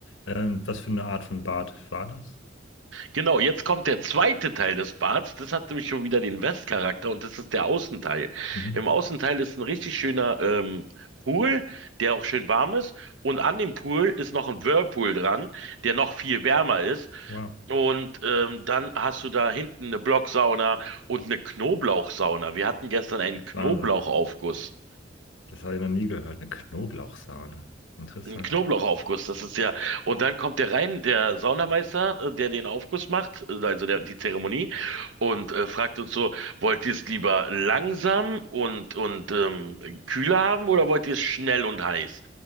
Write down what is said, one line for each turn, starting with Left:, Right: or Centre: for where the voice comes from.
Left: Ähm, was für eine Art von Bad war das?
Right: Genau, jetzt kommt der zweite Teil des Bads. Das hat nämlich schon wieder den Westcharakter und das ist der Außenteil.
Left: Mhm.
Right: Im Außenteil ist ein richtig schöner ähm, Pool, der auch schön warm ist. Und an dem Pool ist noch ein Whirlpool dran, der noch viel wärmer ist.
Left: Wow,
Right: Und ähm, dann hast du da hinten eine Blocksauna und eine Knoblauchsauna. Wir hatten gestern einen Knoblauchaufguss.
Left: Wahnsinn. Das habe ich noch nie gehört. Eine Knoblauchsauna. Interessant.
Right: Ein Knoblauchaufguss, das ist ja. Und dann kommt der rein, der Saunameister, äh, der den Aufguss macht, äh, also der, die Zeremonie, und äh, fragt uns so, wollt ihr es lieber langsam und und ähm, kühler haben oder wollt ihr es schnell und heiß?